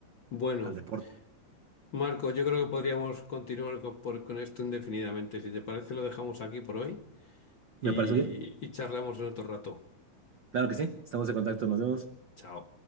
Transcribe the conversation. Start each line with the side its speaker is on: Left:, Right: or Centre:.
Left: Bueno,
Right: al deporte.
Left: Marco, yo creo que podríamos continuar con, por- con esto indefinidamente. Si te parece, lo dejamos aquí por hoy y
Right: ¿Me parece bien?
Left: y charlamos en otro rato.
Right: Claro que sí, estamos en contacto, nos vemos.
Left: Chao.